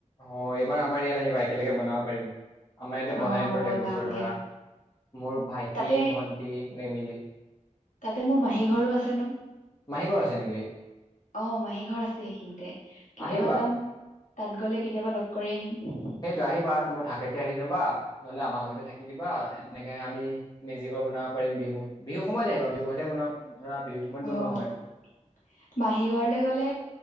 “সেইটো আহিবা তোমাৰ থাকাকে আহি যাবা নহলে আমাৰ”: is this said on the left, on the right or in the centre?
Left